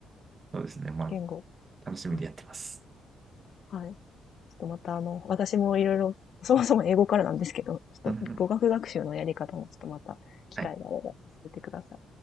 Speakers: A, on the right (about 35°); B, on the left (about 60°).
A: そうですね。ま
B: 言語。
A: あ、楽しみでやってます。
B: はい。ちょっとまたあの、私もいろいろ、そもそも英語からなんですけど、ちょっと語学学習のやり方もちょっとまた機会があれば教えてください。
A: うんうんはい。